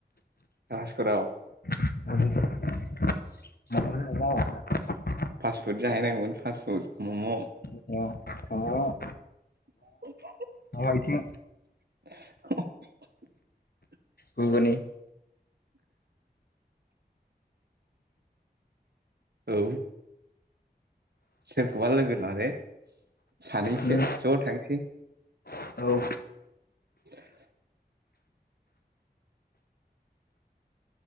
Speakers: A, on the right; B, on the left.
A: राजगराव।
B: <unintelligible> <unintelligible>
A: फास्टफुड जाहैनांगौमोन फासटफुड मम।
B: माबा
A: <inaudible>
B: दाव आइथिं।
A: <inaudible>
B: गुगुनि।
A: औ सोरखोबा लोगो लादो सानैसो
B: उम
A: ज थांसै
B: औ
A: <inaudible>